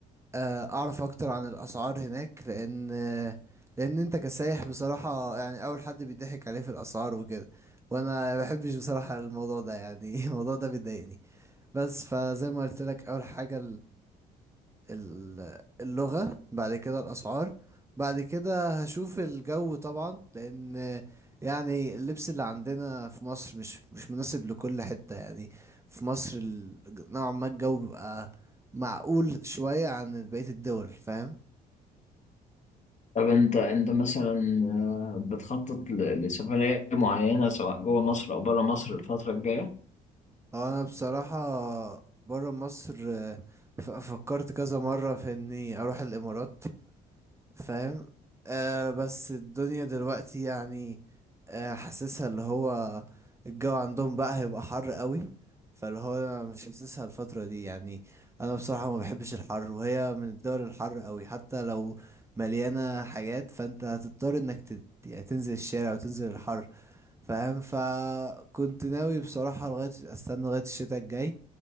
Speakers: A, on the right; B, on the left.
A: آه، اعرف اكتر عن الاسعار هناك لان آه، لان انت كسايح بصراحه يعني اول حد بيضحك عليه في الاسعار وكده وانا ما بحبش بصراحه الموضوع ده يعني <laughs> الموضوع ده بيضايقني بس فزي ما قلت لك اول حاجه ال- اللغة بعد كده الأسعار بعد كده هشوف الجو طبعا لأن يعني اللبس اللي عندنا في مصر مش مش مناسب لكل حتة يعني في مصر ال- نوعا ما الجو بيبقى معقول شوية عن بقية الدول فاهم
B: طب أنت أنت مثلا آه، بتخطط ل- لسفرية معينة سواء جوه مصر أو بره مصر الفترة الجاية
A: هو أنا بصراحة برا مصر آه، ف- فكرت كذا مرة في إني أروح الإمارات فاهم آه بس الدنيا دلوقتي يعني آه حاسسها اللي هو الجو عندهم بقى هيبقى حر قوي فاللي هو أنا مش حاسسها الفترة دي يعني انا بصراحة ما بحبش الحر وهي من الدول الحر قوي حتى لو مليانة حاجات فانت هتضطر انك تت... يعني تنزل الشارع وتنزل الحر فاهم فكنت ناوي بصراحة لغاية استنى لغاية الشتاء الجاي